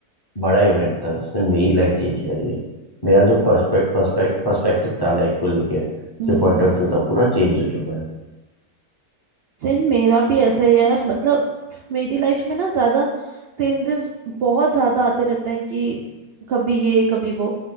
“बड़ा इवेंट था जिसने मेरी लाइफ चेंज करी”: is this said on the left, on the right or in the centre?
Left